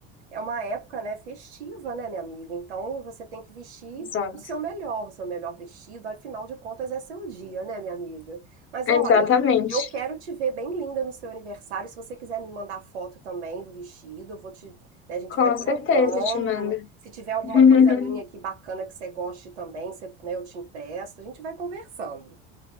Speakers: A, on the right (about 85°); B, on the left (about 40°).
A: É uma época, né, festiva, né, minha amiga? Então você tem que vestir
B: Exato.
A: o seu melhor, o seu melhor vestido, afinal de contas é seu dia, né, minha amiga? Mas olha,
B: Exatamente.
A: eu quero te ver bem linda no seu aniversário. Se você quiser me mandar foto também do vestido, eu vou te, né, a gente
B: Com
A: vai trocando.
B: certeza te mando.
A: Se tiver alguma
B: <laughs>
A: coisa minha aqui bacana que você goste também, você, né, eu te empresto. A gente vai conversando.